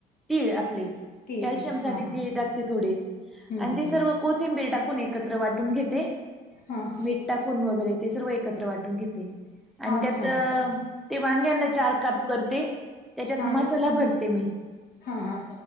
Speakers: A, in the centre; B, on the left (about 60°).
A: तीळ आपले
B: तीळ
A: कॅल्शियम
B: तीळ हा
A: साठी
B: हा
A: तीळ टाकते थोडे.
B: हं
A: आणि
B: हं
A: ते सर्व
B: हं
A: कोथिंबीर टाकून एकत्र वाटून घेते.
B: हां.
A: मीठ टाकून वगैरे ते सर्व एकत्र वाटून घेते. आणि
B: अच्छा
A: त्यात, ते वांगे ना चार काप करते, त्याच्यात
B: हा
A: मसाला भरते मी,
B: हा हा